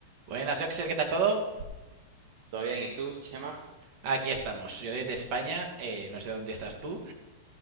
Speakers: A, on the right; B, on the right.
A: Buenas, Joxer, ¿qué tal todo?
B: Todo bien, ¿y tú, Chema?
A: Aquí estamos, yo desde España, eh, no sé dónde estás tú,